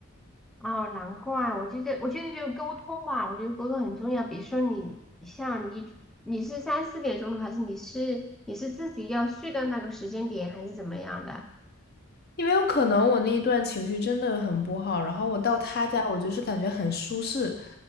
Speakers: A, in the centre; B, on the left.
A: 哦，难怪，我觉得我觉得就沟通吧，我觉得沟通很重要。比如说你像你你是三四点钟的，还是你是你是自己要睡到那个时间点，还是怎么样的？
B: 因为有可能我那一段情绪真的很不好，然后我到他家，我就是感觉很舒适，